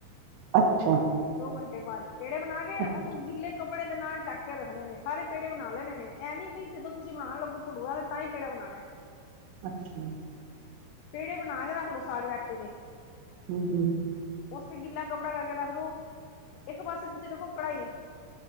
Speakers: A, on the right; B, on the left.
A: ਅੱਛਾ।
B: ਦੋ ਘੰਟੇ ਬਾਅਦ ਪੇੜੇ ਬਣਾ ਕੇ
A: ਅੱਛਾ
B: ਉਹਨੂੰ ਗਿੱਲੇ ਕੱਪੜੇ ਦੇ ਨਾਲ ਟੱਕ ਕੇ ਰੱਖਣੇ ਨੇ ਸਾਰੇ ਪੇੜੇ ਬਣਾ ਲੈਣੇ ਨੇ ਇਹ ਨੀ ਵੀ ਜਦੋਂ ਤੁਸੀਂ ਬਣਾਣ ਲੱਗੋ। ਭਠੂਰਾ ਤੇ ਤਾਂ ਹੀ ਪੇੜਾ ਬਣਾਣਾ
A: ਅੱਛਾ
B: ਪੇੜੇ ਬਣਾ ਕੇ ਰੱਖ ਲਓ ਸਾਰੇ ਆਟੇ ਦੇ।
A: ਹੂੰ-ਹੂੰ।
B: ਉਸ ਤੇ ਗਿੱਲਾ ਕੱਪੜਾ ਕਰਕੇ ਰੱਖ ਦੋ ਇੱਕ ਪਾਸੇ ਤੁਸੀਂ ਰਖੋ ਕੜਾਹੀ